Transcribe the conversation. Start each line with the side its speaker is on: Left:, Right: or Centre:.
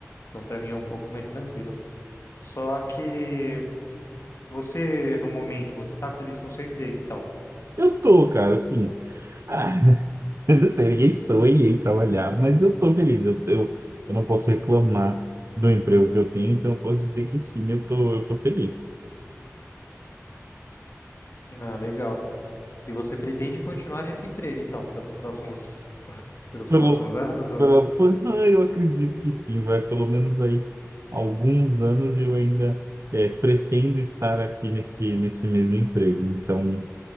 Left: Então, para mim é um pouco mais tranquilo. Só que você, no momento, você está feliz com o seu emprego, então.
Right: Eu tô, cara, assim. Ah, <laughs> eu não sei, ninguém sonha em trabalhar, mas eu tô feliz. Eu, eu, eu não posso reclamar do emprego que eu tenho, então eu posso dizer que sim, eu tô, eu tô feliz.
Left: Ah, legal. E você pretende continuar nesse emprego, então, pelos próximos, <laughs> pelos
Right: Pelo
Left: próximos anos? Ou...
Right: Pela- por- <laughs> Ah, eu acredito que sim, vai pelo menos aí alguns anos eu ainda é, pretendo estar aqui nesse, nesse mesmo emprego. Então,